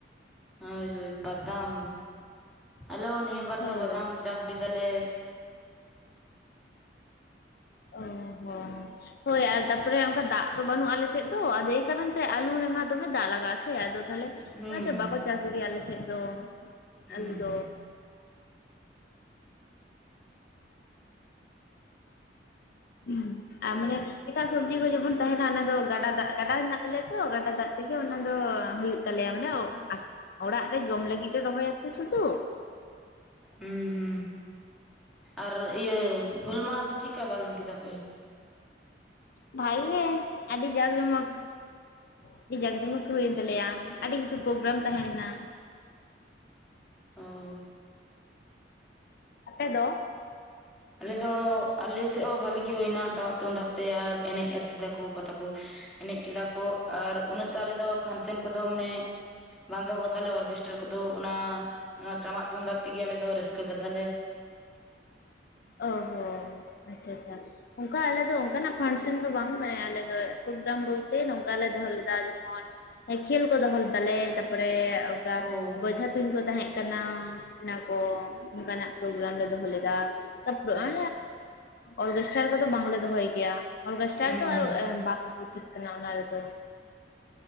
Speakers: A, in the centre; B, on the left (about 55°).
A: ᱦᱳᱭ ᱦᱳᱭ ᱵᱟᱫᱟᱢ ᱟᱞᱮ ᱦᱚ ᱱᱤᱭᱟᱹ ᱵᱟᱨ
B: ᱦᱳᱭ
A: ᱫᱚ ᱵᱟᱫᱟᱢ ᱪᱟᱥ ᱞᱮᱫᱟᱞᱮ᱾
B: ᱚ ᱦᱚᱸ ᱦᱳᱭ ᱟᱨ ᱛᱟᱯᱚᱨᱮ ᱚᱱᱠᱟ ᱫᱟᱜ ᱛᱚ ᱵᱟᱹᱱᱩᱜᱼᱟ ᱟᱞᱮᱥᱮᱫ ᱫᱚ ᱟᱫᱚ ᱮ ᱠᱟᱨᱚᱱ ᱱᱚᱛᱮ ᱟᱹᱞᱩ ᱨᱮᱢᱟ ᱫᱚᱢᱮ ᱫᱟᱜ ᱞᱟᱜᱟᱜᱼᱟ, ᱥᱮ ᱟᱫᱚ ᱛᱟᱦᱚᱞᱮ
A: ᱦᱩᱸ
B: ᱚᱱᱟᱛᱮ ᱵᱟᱠᱚ ᱪᱟᱥ ᱜᱮᱭᱟ ᱟᱞᱮ ᱥᱮᱫ ᱫᱚ᱾
A: ᱦᱩᱸ
B: ᱟᱹᱞᱩ
A: ᱦᱩᱸ
B: ᱫᱚ᱾ ᱦᱩ ᱟᱨ
A: ᱚ
B: ᱢᱟᱱᱮ ᱮᱴᱟᱜ ᱥᱚ ᱥᱚᱵᱡᱤ ᱠᱚ ᱡᱮᱢᱚᱱ ᱛᱟᱦᱮᱸᱱᱟ ᱚᱱᱟ ᱫᱚ, ᱜᱟᱰᱟ ᱫᱟᱜ ᱜᱟᱰᱟ ᱦᱮᱱᱟᱜ ᱛᱟᱞᱮᱭᱟ ᱛᱚ ᱜᱟᱰᱟ ᱫᱟᱜ ᱛᱮᱜᱮ ᱚᱱᱟ ᱫᱚ ᱦᱩᱭᱩᱜ ᱛᱟᱞᱮᱭᱟ ᱢᱟᱱᱮ ᱚᱲᱟᱜ ᱨᱮ ᱡᱚᱢ ᱞᱟᱹᱜᱤᱫ ᱞᱮ ᱨᱚᱦᱚᱭᱟᱛᱚ ᱥᱩᱫᱩ᱾
A: ᱦᱩᱸᱻ ᱦᱩᱸᱻ ᱟᱨ ᱤᱭᱟᱹ ᱦᱩᱞ ᱢᱟᱦᱟ ᱫᱚ ᱪᱮᱫᱠᱟ ᱯᱟᱞᱚᱱ ᱠᱮᱫᱟ ᱯᱮ?
B: ᱵᱷᱟᱜᱤ ᱜᱮ ᱟᱹᱰᱤ ᱡᱟᱠ ᱡᱚᱢᱚᱠ ᱟᱹᱰᱤ ᱡᱟᱠ ᱡᱚᱢᱚᱠ ᱦᱩᱭᱮᱱ ᱛᱟᱞᱮᱭᱟ᱾ ᱟᱹᱰᱤ ᱠᱤᱪᱷᱩ ᱯᱨᱳᱜᱨᱟᱢ ᱛᱟᱦᱮᱸ ᱞᱮᱱᱟ᱾
A: ᱚᱻ᱾
B: ᱟᱯᱮ ᱫᱚ?
A: ᱟᱞᱮ ᱫᱚ ᱟᱞᱮ ᱥᱮᱫ ᱦᱚᱸ ᱵᱷᱟᱞᱮᱜ ᱜᱮ ᱦᱩᱭᱱᱟ ᱴᱟᱢᱟᱠ ᱛᱩᱢᱫᱟᱜ ᱛᱮ ᱟᱨ ᱮᱱᱮᱡ ᱟᱛᱮ ᱯᱟᱛᱟ ᱠᱚ ᱮᱱᱮᱡ ᱠᱮᱫᱟ ᱠᱚ ᱟᱨ ᱩᱱᱟᱹᱜ ᱫᱚ ᱟᱞᱮ ᱫᱚ ᱯᱷᱟᱱᱥᱮᱱ ᱠᱚᱫᱚ ᱢᱟᱱᱮ ᱵᱟᱸᱫᱷᱚ ᱠᱟᱫᱟᱞᱮ ᱚᱨᱜᱮᱥᱴᱟᱨ ᱠᱚᱫᱚ ᱚᱱᱟ ᱴᱟᱢᱟᱠ ᱛᱩᱢᱫᱟᱜ ᱛᱮᱜᱮ ᱟᱞᱮ ᱫᱚ ᱨᱟᱹᱥᱠᱟᱹ ᱠᱟᱫᱟᱞᱮ᱾
B: ᱚ ᱦᱮᱸ ᱟᱪᱪᱷᱟᱻ ᱟᱪᱪᱷᱟᱻ᱾ ᱚᱱᱠᱟ ᱟᱞᱮ ᱫᱚ ᱚᱱᱠᱟᱱᱟᱜ ᱯᱷᱟᱱᱥᱮᱱ ᱫᱚ ᱵᱟᱝ ᱢᱟᱱᱮ ᱟᱞᱮ ᱫᱚ ᱯᱨᱳᱜᱨᱟᱢ ᱵᱚᱞᱛᱮ ᱱᱚᱝᱠᱟᱞᱮ ᱫᱚᱦᱚ ᱞᱮᱫᱟ ᱡᱮᱢᱚᱱ ᱠᱷᱮᱞ ᱠᱚ ᱫᱚᱦᱚ ᱞᱮᱫᱟᱞᱮ ᱛᱟᱨᱯᱚᱨᱮ ᱚᱱᱠᱟ
A: ᱚ ᱦᱮᱸ
B: ᱵᱚᱡᱷᱟ ᱛᱩᱧ ᱠᱚ ᱛᱟᱦᱮᱸ ᱠᱟᱱᱟ ᱚᱱᱟ ᱠᱚ ᱚᱱᱠᱟᱱᱟᱜ ᱯᱨᱳᱜᱨᱟᱢ ᱞᱮ ᱫᱚᱦᱚ ᱞᱮᱫᱟ᱾ ᱛᱟᱯᱚᱨᱮ
A: ᱚ
B: ᱚᱨᱜᱮᱥᱴᱟᱨ ᱠᱚᱫᱚ ᱵᱟᱝᱞᱮ ᱫᱚᱦᱚᱭ ᱜᱮᱭᱟ ᱚᱨᱜᱮᱥᱴᱟᱨ
A: ᱦᱩᱸ
B: ᱫᱚ
A: ᱦᱩᱸ
B: ᱟᱨ ᱵᱟᱝᱠᱚ ᱩᱪᱤᱛ ᱠᱟᱱᱟ ᱚᱱᱟ ᱨᱮᱫᱚ